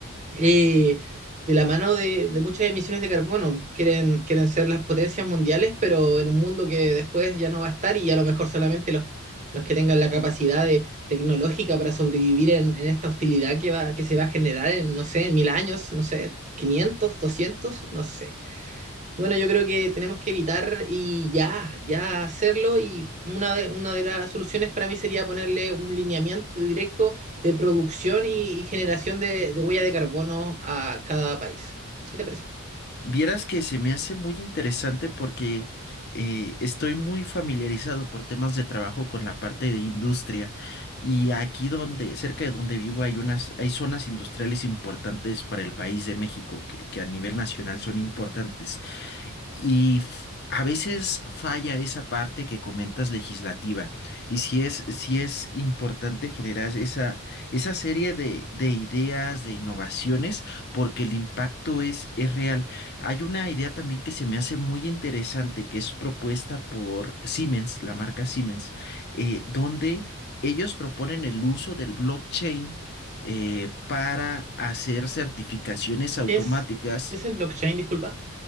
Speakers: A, on the right; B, on the left.
A: eh, de la mano de, de, muchas emisiones de carbono. Quieren, quieren ser las potencias mundiales, pero en un mundo que después ya no va a estar y a lo mejor solamente los, los que tengan la capacidad de, tecnológica para sobrevivir en, en, esta hostilidad que, va, que se va a generar en, no sé, mil años, no sé, 500 200 no sé. Bueno, yo creo que tenemos que evitar y ya, ya hacerlo. Y una de, una de las soluciones para mí sería ponerle un lineamiento directo de producción y, y generación de, de huella de carbono a cada país. ¿Qué te parece?
B: Vieras que se me hace muy interesante porque eh, estoy muy familiarizado por temas de trabajo con la parte de industria y aquí donde, cerca de donde vivo hay unas, hay zonas industriales importantes para el país de México que, que a nivel nacional son importantes. Y f- a veces falla esa parte que comentas legislativa. Y si es, si es importante generar esa, esa serie de, de ideas, de innovaciones, porque el impacto es, es real. Hay una idea también que se me hace muy interesante, que es propuesta por Siemens, la marca Siemens, eh, donde ellos proponen el uso del blockchain. eh, para hacer certificaciones automáticas
A: ¿Qué es, es el blockchain? Disculpa.